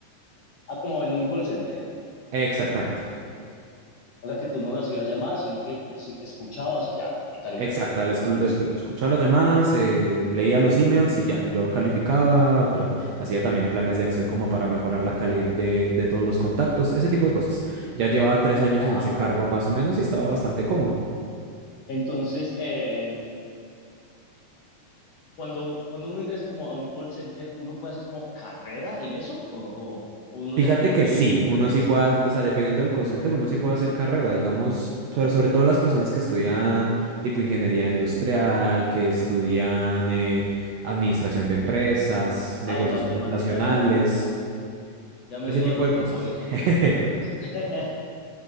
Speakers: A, on the left; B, on the right.
A: Ah, como en un call center.
B: Exactamente.
A: O sea que tú no recibías llamadas, sino que es- escuchabas y ya, y calificabas.
B: Exacta. la escu- la escu- Escuchaba las llamadas, eh, leía los emails y ya. Yo calificaba, tra- hacía también planes de acción como para mejorar la calidad de, de todos los contactos, ese tipo de cosas. Ya llevaba tres años
A: ¡Wow!
B: en ese cargo más o menos y estaba bastante cómodo.
A: Entonces, eh, cuando, cuando uno ingresa como a un call center, ¿uno puede hacer como carrera en eso? ¿O, o- o uno
B: Fíjate
A: ya tiene
B: que
A: que
B: sí,
A: ir como
B: uno
A: con el Sí.
B: sí
A: puesto?
B: puede,
A: fijo?
B: o sea, dependiendo del call center, uno sí puede hacer carrera, digamos, sobre, sobre todo las personas que estudian tipo ingeniería industrial, que estudian eh, administración de empresas, negocios
A: Ay, matemáticas,
B: internacionales,
A: no, no, no. Ya me
B: ese
A: dio
B: tipo
A: dolor
B: de
A: de
B: cosas.
A: cabeza,
B: <laughs>
A: muchos números. <laughs>